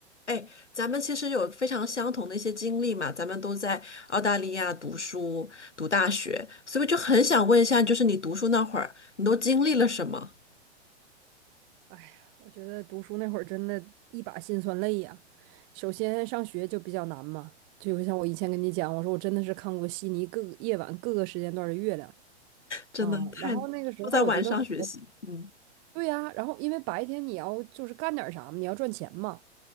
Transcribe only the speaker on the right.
哎呀，我觉得读书那会儿真的一把辛酸泪呀。首先上学就比较难嘛，就像我以前跟你讲，我说我真的是看过悉尼各个夜晚各个时间段的月亮
啊。然后那个时候我觉得活
对呀，然后因为白天你要就是干点啥嘛，你要赚钱嘛。